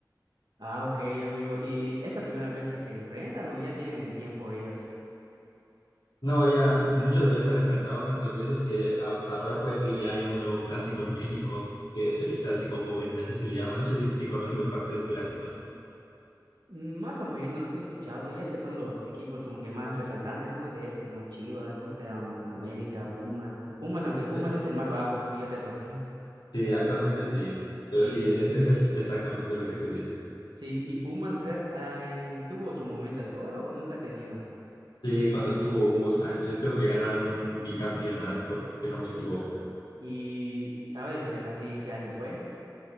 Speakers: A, on the right; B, on the left.
A: Ah, ok, amigo, ¿y es la primera vez que se enfrentan o ya tienen tiempo ellos?
B: No, ya muchas veces han enfrentado tantas veces que hasta ahora puede que ya haya un nuevo clásico en México, que es el clásico joven, así se le llama. No sé si, si conoces los partidos clásicos.
A: Mm, Más o menos, sí he escuchado, ya que son los equipos como que más resaltantes, ¿no? De este, como Chivas, no sé, Am- América, Pumas, ¿no? Pumas, aunque Pumas
B: Eh,
A: es el más bajo, que yo sepa. <laughs>
B: Sí, actualmente sí, pero
A: Sí,
B: sí, es, es- es exactamente lo que tú dices.
A: sí, y Pumas re- ah, en- tuvo su momento de oro o nunca ha tenido.
B: Sí, cuando estuvo Hugo Sánchez, creo que ganaron un bicampeonato, si no me equivoco.
A: Y, ¿sabes eh, así en qué año fue?